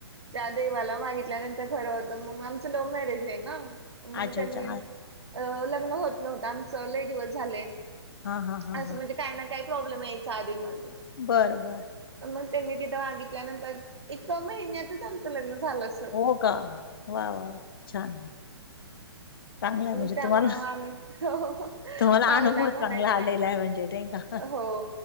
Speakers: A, on the right; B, on the left.
A: त्या देवाला मागितल्यानंतर खरं होतं मग आमचं लव्ह मॅरेज आहे ना मग
B: अच्छा,
A: त्येनी
B: अच्छा.
A: अ लग्न होत नव्हतं आमचं ले दिवस झाले
B: हां, हां, हां,
A: असं
B: हां.
A: म्हणजे काही ना काही प्रॉब्लेम यायचा आधी मधी
B: बरं बर
A: मग त्यांनी तिथं मागितल्यानंतर एका महिन्यातच आमचं लग्न झालं असत
B: हो का वा वा छान चांगलंय म्हणजे
A: त्यामुळं
B: तुम्हाला
A: आम्ही हो
B: तुम्हाला
A: पावला
B: अनुभव
A: म्हणायचा
B: चांगला आलेला आहे म्हणजे नाही का
A: हो